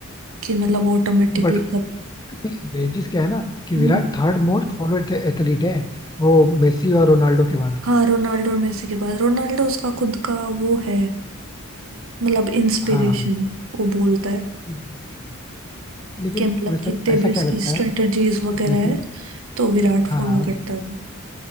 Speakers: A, on the right (about 65°); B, on the left (about 20°).
A: कि मतलब ऑटोमेटिकली
B: बट
A: सब
B: बेजिस क्या है ना कि Virat
A: हम्म
B: third most followed athlete है वो मेसी और रोनाल्डो के बाद
A: हाँ रोनाल्डो और मेसी के बाद रोनाल्डो उसका खुद का वो है मतलब इंस्पिरेशन
B: हाँ
A: वो बोलता है
B: Exactly exactly. लेकिन
A: कि मतलब
B: वैसे
A: जितने
B: ऐसा
A: भी उसकी
B: क्या लगता
A: स्ट्रेटजीज
B: है
A: वगैरह
B: जैसे
A: है तो विराट फॉलो
B: हाँ हाँ
A: करता है वो